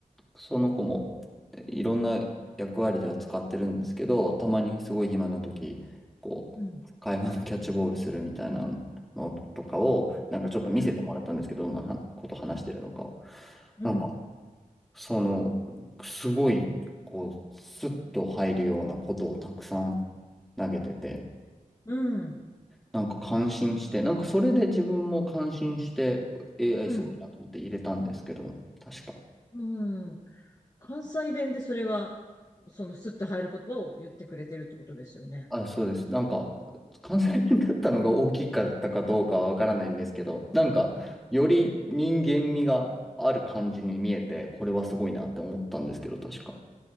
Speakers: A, in the centre; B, on the left.
A: その子もえいろんな役割では使ってるんですけど、たまにすごい暇な時、こう、
B: うん。
A: 会話のキャッチボールするみたいなのとかを、なんかちょっと見せてもらったんですけど、
B: うん。
A: どんなはこと話してるのか。
B: うんうん、
A: なんか、その、すごい、こう、スッと入るようなことをたくさん投げてて、
B: うん、
A: なんか感心して、なんかそれで自分も感心して AI
B: うん、
A: すごいなと思って入れたんですけど、確か。
B: うん。関西弁でそれは、そのスッと入る言葉を言ってくれてるってことですよね。
A: あ、そうです。なんか、関西弁だったのが大きかったかどうかはわからないんですけど、なんか、より人間味がある感じに見えて、これはすごいなって思ったんですけど、確か。